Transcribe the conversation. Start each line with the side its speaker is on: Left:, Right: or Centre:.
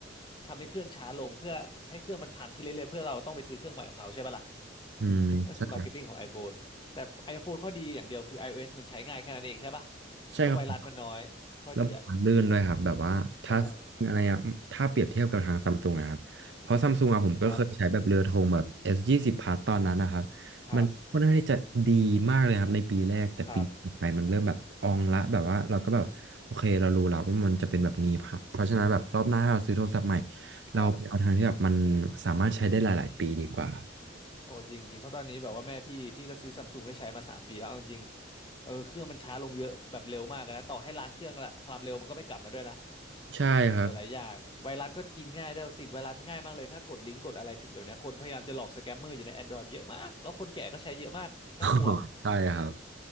Left: ทำให้เครื่องช้าลงเพื่อให้เครื่องมันพังขึ้นเรื่อยๆเพื่อเราต้องไปซื้อเครื่องใหม่ของเขาใช่ปะล่ะ
Right: อืมใช่
Left: นั่นคือมาร์เก็ตติ้งของ iPhone แต่ iPhone ข้อดีอย่างเดียวคือ iOS มันใช้ง่ายแค่นั้นเองใช่ปะ
Right: ใช่ครับ
Left: แล้วไวรัสมันน้อยข้อดีอ่ะ
Right: แล้วมันลื่นด้วยครับแบบว่าถ้า
Left: ใช่
Right: อะไรอะถ้าเปรียบเทียบกับทางซัมซุงนะครับเพราะซัมซุงอะผมก็เคยใช้แบบเรือธงแบบ
Left: ครับ
Right: S20 Plus ตอนนั้นนะครับ
Left: ครับ
Right: มันค่อนข้างที่จะดีมากเลยครับในปีแรกแต่ปีต่อไปมันเริ่มแบบอองละแบบว่าเราก็แบบโอเคเรารู้แล้วว่ามันจะเป็นแบบนี้ครับเพราะฉะนั้นแบบรอบหน้าถ้าเราซื้อโทรศัพท์ใหม่
Left: ครับ
Right: เราไปเอาทางที่แบบมัน
Left: ครับ
Right: สามารถใช้ได้หลายๆปีดีกว่า
Left: โอ้จริงจริงเพราะตอนนี้แบบว่าแม่พี่พี่ก็ซื้อซัมซุงให้ใช้มาสามปีแล้วเอาจริงๆเออเครื่องมันช้าลงเยอะแบบเร็วมากนะต่อให้ล้างเครื่องละความเร็วมันก็ไม่กลับมาด้วยนะ
Right: ใช่ครับ
Left: หลายๆอย่างไวรัสก็กินง่ายด้วยติดไวรัสง่ายมากเลยถ้ากดลิงก์กดอะไรผิดแบบเนี้ยคนพยายามจะหลอกสแกมเมอร์อยู่ใน Android เยอะมากแล้วคนแก่ก็ใช้เยอะมากน่ากลัว
Right: <laughs> ใช่ครับ